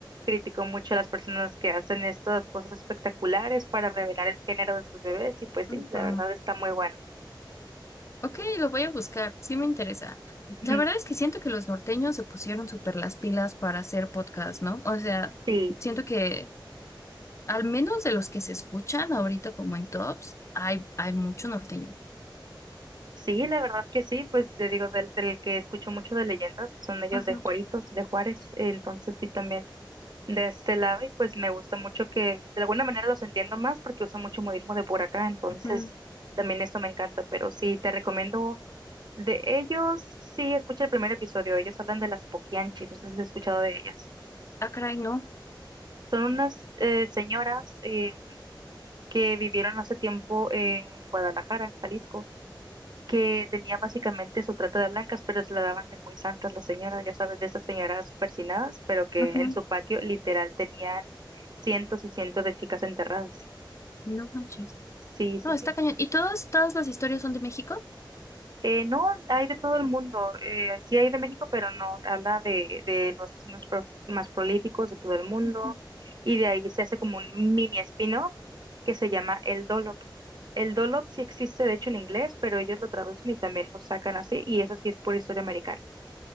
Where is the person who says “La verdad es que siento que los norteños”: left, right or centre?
Left